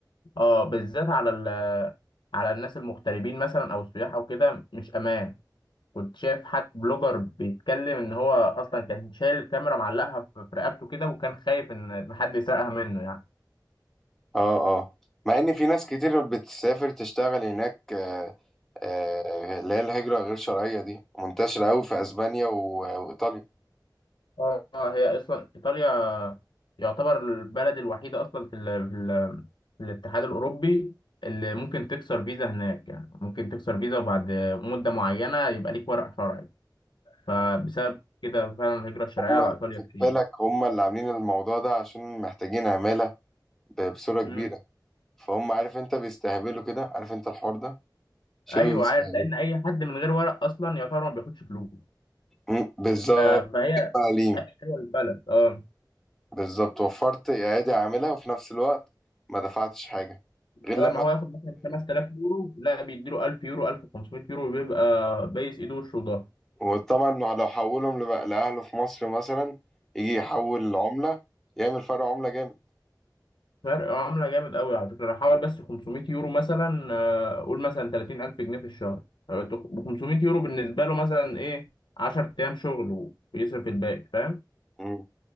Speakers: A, on the left; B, in the centre.
A: اه بالذات على ال... على الناس المغتربين مثلا او السياح او كده مش امان كنت شايف حد بلوجر بيتكلم ان هو اصلا كان شايل الكاميرا معلقها في في رقبته كده وكان خايف ان حد يسرقها منه يعني
B: اه اه مع ان في ناس كتير بتسافر تشتغل هناك آه، آه، اللي هي الهجرة غير شرعية دي منتشرة قوي في اسبانيا و- وايطاليا
A: اه هي اصلا ايطاليا يعتبر البلد الوحيده اصلا في ال في, ال في الاتحاد الاوروبي اللي ممكن تكسر فيزا هناك يعني ممكن تكسر فيزا وبعد مده معينه يبقى ليك ورق شرعي فبسبب كده فعلا الهجره الشرعيه
B: هم
A: على
B: ال-
A: ايطاليا
B: خد
A: كتير
B: بالك هم اللي عاملين الموضوع ده عشان محتاجين عمالة ب- بصورة كبيرة
A: امم
B: فهم عارف انت بيستهبلوا كده عارف انت الحوار ده شبه
A: ايوه
B: بيستهبلوا
A: عارف لان اي حد من غير ورق اصلا يعتبر ما بياخدش فلوس
B: مم، بالظبط
A: ف- فهي
B: تعليم
A: حلوه البلد اه
B: بالظبط وفرت ايادي عاملة وفي نفس الوقت ما دفعتش حاجة غير
A: بدل
B: لما
A: ما هو ياخد مثلا 5000 يورو لا بيديله 1000 يورو 1500 يورو بيبقى بايس ايده وشه وضهره
B: وطبعا لو حولهم لبقى لأهله في مصر مثلا يجي يحول العملة يعمل فرق عملة جامد
A: فرق عملة جامد قوي على فكرة أنا حوالي بس 500 يورو مثلا آه، قول مثلا 30000 جنيه في الشهر ب 500 يورو بالنسبة له مثلا إيه 10 أيام شغل ويصرف الباقي فاهم
B: مم.